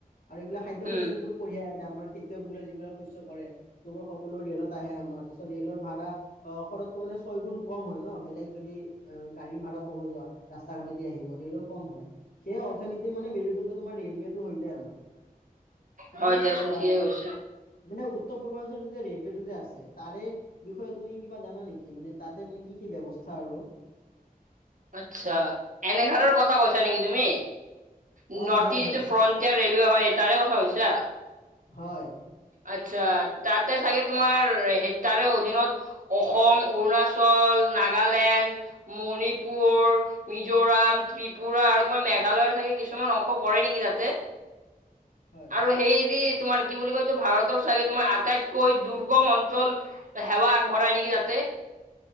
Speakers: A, on the left; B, on the right.
A: আৰু এইবিলাক খাদ্য শস্য
B: উম
A: বোৰ কঢ়িয়াই আনে আমাৰ খেতিয়ক বোলে যিবিলাক শস্য কৰে এইবোৰ সকলো ৰেলত আহে আমাৰ তাৰছত ৰেলৰ ভাৰা অ' শৰতকৈ মানে ছয় গুণ কম হয় ন, বেলেগ যদি অ' গাড়ীৰ ভাড়া ক'ব যোৱা। ৰাস্ত ৰা ঘাটেদি আহিব ৰেলৰ কম হয় সেই অথনীতি মানে মেৰুদণ্ড তোমাৰ ৰেলৱেেতটো হৈ যায় আমাৰ। <inaudible> ৰা ঘাটেদি আহিব তা ঘাটেদি আহিব। ৰেলৰ কম হয়। সেই অথনীতি মানে মেৰুদণ্ড তোমাৰ ৰেলৱেটো হৈ যায় আমাৰ। তুমি
B: হয় দিয়া চুঠিয়ে
A: আহ
B: হৈছে।
A: মানে উত্তৰ পূৰ্বাঞ্চলটো যে ৰেলৱেটো যে আছে তাৰে বিষয়ে তুমি কিবা জানা নেকি? মানে তাতে মানে কি কি ব্যৱস্থা আৰু।
B: আচ্ছা, এনেকাধৰণৰ কথা কৈছা নেকি তুমি? নৰ্থ
A: অ হয়
B: ইষ্ট যিটো
A: হয়
B: ফ্ৰন্ট তিয়াৰ ৰেলৱে হয় তাৰে কথা হৈছা?
A: হয়।
B: আচ্ছা, তাতে চাগে তোমাৰ হে তাৰে অধীনত অসম, অৰুণাচল, নাগালেণ্ড, মণিপুৰ মিজোৰাম, ত্ৰিপুৰা আৰু তোমাৰ মেঘালয়ৰ থাকে কিছুমান অংশ পৰে নেকি তাতে।
A: হয়
B: আৰু হেই যি তোমাৰ কি বুলি কয়টো ভাৰতৰ চাগে তোমাৰ আটাইতকৈ দুৰ্গম অঞ্চল। সেৱা আগবঢ়াই নেকি তাতে